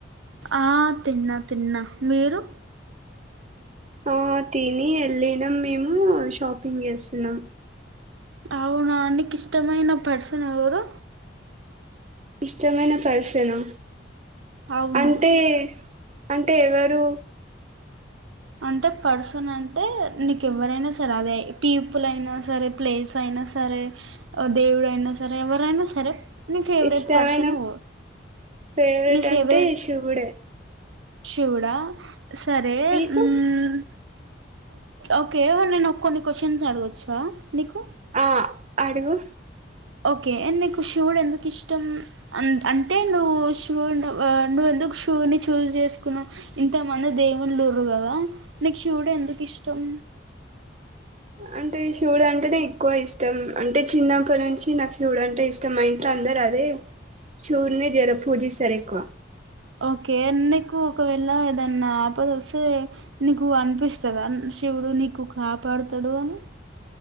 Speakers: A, on the right; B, on the right.
A: ఆ తిన్నా తిన్నా మీరు
B: ఆ తిని వెళ్ళిన మేము షాపింగ్ చేస్తున్నాం
A: అవునా నీకి ఇష్టమైన పర్సన్ ఎవరు
B: ఇష్టమైన పర్సనా
A: అవును
B: అంటే అంటే ఎవరు
A: అంటే పర్సన్ అంటే నీకు ఎవరైనా సరే అదే పీపుల్ అయినా సరే ప్లేస్ అయినా సరే దేవుడయినా సరే ఎవరైనా సరే నీ ఫేవరెట్
B: ఇష్టమైన
A: పర్సన్ ఎవరు
B: ఫేవరెట్
A: నీ ఫేవరెట్
B: అంటే శివుడే
A: శివుడా సరే
B: కు
A: మ్మ్ ఓకే నేను ఒక కొన్ని క్వశ్చన్స్ అడగొచ్చా నీకు
B: ఆ అడుగు
A: ఓకే నీకు శివుడు ఎందుకు ఇష్టం అంటే నువ్వు షూ నువ్వు ఎందుకు శివుణ్ణి చూజ్ చేసుకున్నా ఇంతమంది దేవులూరు కదా నీకు శూవుడే ఎందుకు ఇష్టం
B: అంటే శివుడు అంటేనే ఎక్కువ ఇష్టం అంటే చిన్నప్పటి నుంచి నా శివుడు అంటే ఇష్టం మా ఇంట్లో అందరు అదే శివుడ్నే జర పూజిస్తారు ఎక్కువ
A: ఓకే నీకు ఒకవేళ ఏదన్నా ఆపదస్తే నీకు అనిపిస్తదా శివుడు నీకు కాపాడుతాడు అని